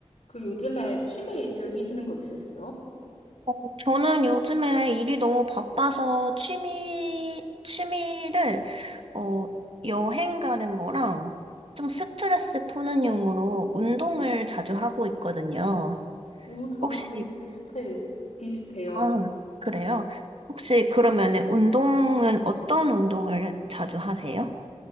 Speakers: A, on the left (about 80°); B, on the right (about 55°).
A: 그 요즘에 취미 즐기시는 거 있으세요?
B: 어, 저는 요즘에 일이 너무 바빠서 취미, 취미를, 어, 여행 가는 거랑 좀 스트레스 푸는 용으로 운동을 자주 하고 있거든요.
A: 오, 저랑
B: 혹시,
A: 되게 비슷해, 비슷해요.
B: 아, 그래요? 혹시 그러면은 운동은 어떤 운동을 자주 하세요?